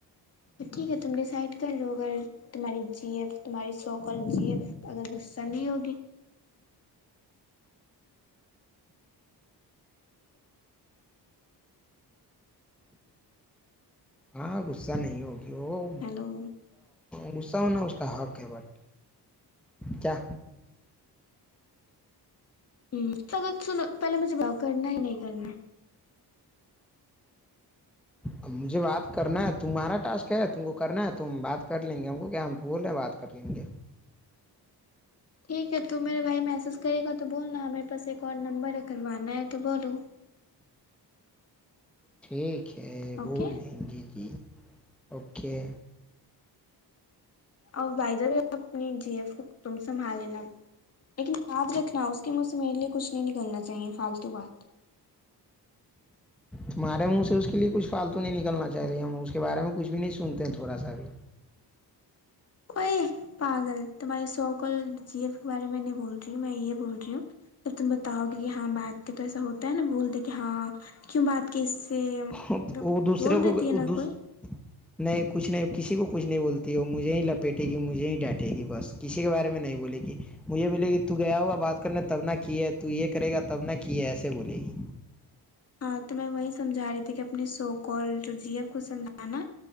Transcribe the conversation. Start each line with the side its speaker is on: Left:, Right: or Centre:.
Left: تو ٹھیک ہے تم ڈیسائڈ کر لو اگر تمہاری جی ایف تمہاری سوکل جی ایف اگر غصہ نہیں ہوگی
Centre: ہاں غصہ نہیں ہوگا
Left: ہیلو
Centre: جو سونا اس کا حق ہے بٹ کیا
Left: ہ تو اگر سنو پہلے مجھے بتاؤ کرنا ہی نہیں کرنا
Centre: اب مجھے بات کرنا ہے تمہارا ٹاسک ہے تم کو کرنا ہے تو ہم بات کر لیں گے ہم کو کیا ہم بول رہے ہیں بات کر لیں گے
Left: ٹھیک ہے تو میرے بھائی محسس کرے گا تو بولنا میرے پاس ایک اور نمبر ہے کروانا ہے تو بولو
Centre: ٹھیک ہے کہ
Left: اوکے
Centre: بورڈ لینگویجی اوکے
Left: اور بھائی جب اپنی جی ایف کو تم سنبھال لینا لیکن یاد رکھنا اس کے مجھ سے میرے لیے کچھ نہیں نکلنا چاہیے فالتو بات
Centre: تہارے منہ سے اس کے لیے کچھ فالتو نہیں نکلنا چاہ رہی ہم اس کے بارے میں کچھ بھی نہیں سنتے تھوڑا سا بھی
Left: اوئے پاگل تمہاری سو ک جی ایف کے بارے میں نہیں بول رہی میں یہ بول رہی ہوں ج تم بتاؤ گے کہ ہاں بات کہ تو ایسا ہوتا ہے نا بول دیں کہ ہاں کیوں بات کی اس سے
Centre: وہ
Left: ملب
Centre: دوسرے
Left: بول
Centre: کو
Left: دیتی ہے نا
Centre: دوس
Left: کوئی
Centre: نہیں کچھ نہیں کسی کو کچھ نہیں بولتی وہ مجھے ہی لپیٹے گی مجھے ہی ڈانٹے گی بس کسی کے بارے میں نہیں بولے گی مجھے بولے گی تو گیا ہوگا بات کرنے تب نہ کی ہے تو یہ کرے گا تب نہ کی ہے ایسے بولے گی
Left: ہاں تو میں وہی سمجھا رہی تھی کہ اپنی سو کال جی کو سمجھانا